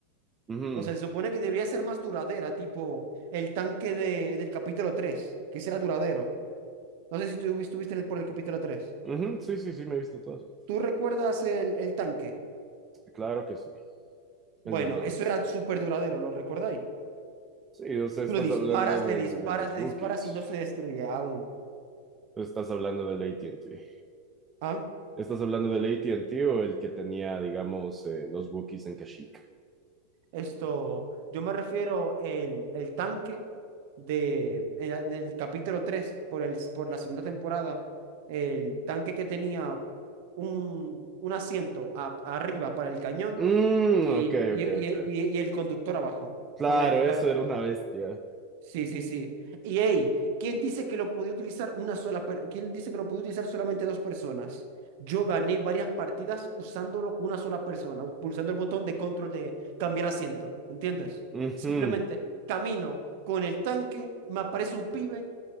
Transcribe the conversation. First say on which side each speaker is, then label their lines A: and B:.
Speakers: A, on the right; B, on the right.
A: Ujú,
B: O sea, se supone que debería ser más duradera, tipo el tanque de, del capítulo 3, que ese era duradero. No sé si tú estuviste en el, por el capítulo 3.
A: ujú, sí, sí, sí, me he visto todos.
B: ¿Tú recuerdas el, el tanque?
A: Claro que sí. El
B: Bueno,
A: de los...
B: eso era súper duradero, ¿lo recordáis?
A: Sí, o sea, estás
B: Tú le disparas,
A: hablando del-
B: le disparas,
A: de los
B: le
A: Wookiees,
B: disparas y no se destruye aún.
A: estás hablando del AT&T.
B: ¿Ah?
A: ¿Estás hablando del AT&T o el que tenía, digamos, eh, los Wookiees en Kashyyyk?
B: Esto, yo me refiero el, el tanque de, el- del capítulo 3 por, el, por la segunda temporada, el tanque que tenía un, un asiento a- arriba para el cañón
A: Mmm,
B: y,
A: ok,
B: y,
A: ok,
B: y-
A: ok.
B: y- y el conductor abajo,
A: Claro,
B: con el,
A: eso
B: ca-
A: era una bestia.
B: Sí, sí, sí. Y hey, ¿quién dice que lo podía utilizar una sola per- ¿Quién dice que lo podía utilizar solamente dos personas? Yo gané varias partidas usándolo con una sola persona, pulsando el botón de control de cambiar asiento, ¿entiendes?
A: Ujú.
B: Simplemente camino con el tanque, me aparece un pibe,